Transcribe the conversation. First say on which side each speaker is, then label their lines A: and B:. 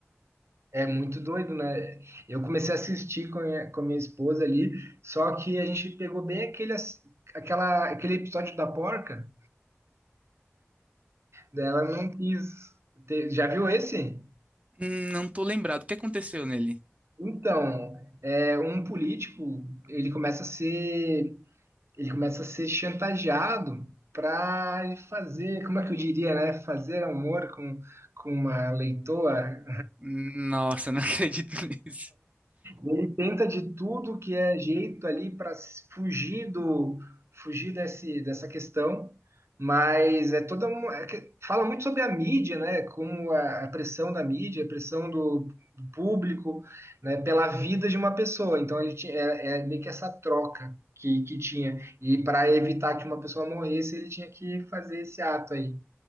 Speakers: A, on the right; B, on the right.
A: É muito doido, né? Eu comecei a assistir com a minha, com a minha esposa ali, só que a gente pegou bem aquele, ass- aquela, aquele episódio da porca, daí ela não quis ter. Já viu esse?
B: Hum, Não tô lembrado. O que aconteceu nele?
A: Então, é um político, ele começa a ser ele começa a ser chantageado para fazer, como é que eu diria, né? Fazer amor com, com uma leitoa
B: Nossa, não <laughs> acredito nisso.
A: Ele tenta de tudo que é jeito ali para fugir do fugir desse, dessa questão, mas é toda um- é que- fala muito sobre a mídia, né? Como a, a pressão da mídia, a pressão do, do público, né? Pela vida de uma pessoa. Então ele tinha, é, é meio que essa troca que, que tinha e para evitar que uma pessoa morresse, ele tinha que fazer esse ato aí.